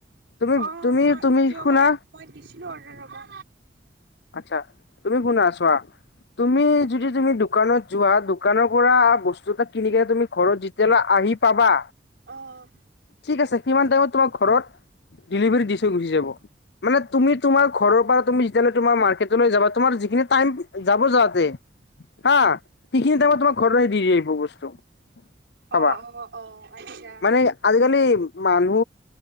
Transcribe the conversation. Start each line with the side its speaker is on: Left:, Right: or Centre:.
Left: তুমি
Right: অ'
Left: তুমি
Right: মই
Left: তুমি
Right: জিঅ'
Left: শুনা
Right: মাৰ্ট মই দিছিলোঁ অৰ্ডাৰ ৰবা।
Left: আচ্ছা তুমি কোনে আছোৱা তুমি যদি তুমি দোকানত। যোৱা দোকানৰ পৰা
Right: অ'
Left: বস্তু এটা কিন কেনে তুমি ঘৰত যেতিয়ালা আহি পাবা।
Right: অ'
Left: ঠিক আছে কিমান টাইমত তোমাৰ ঘৰত? ডিভাৰ দি থৈ গুচি থৈ যাব মানে তুমি তোমাৰ ঘৰ। মাৰ্কেটলৈ যাবা। তোমাৰ যিখিন টাইম যাব। যাতে হা কি কিনি দোব তোমাক ঘৰ দি যিব বস্তু ভাবা
Right: অ' অ' অ' আচ্ছা
Left: মানে আজিকালি মানুহ